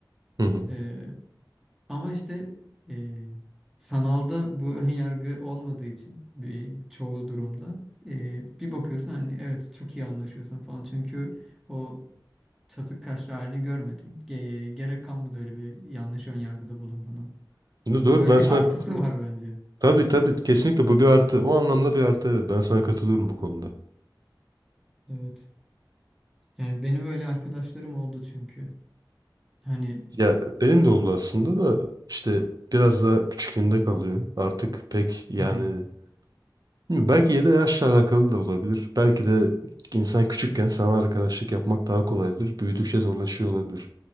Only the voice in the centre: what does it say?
Eee, ama işte eee, sanalda bu <laughs> ön yargı olmadığı için bir çoğu durumda eee, bir bakıyorsun hani evet çok iyi anlaşıyorsun falan çünkü o çatık kaşlı halini görmedin. Ge- gerek kalmadı öyle bir yanlış ön yargıda bulunmana.
Böyle
bir
artısı
var bence.
Evet. Yani benim öyle arkadaşlarım oldu çünkü. Hani
hmm,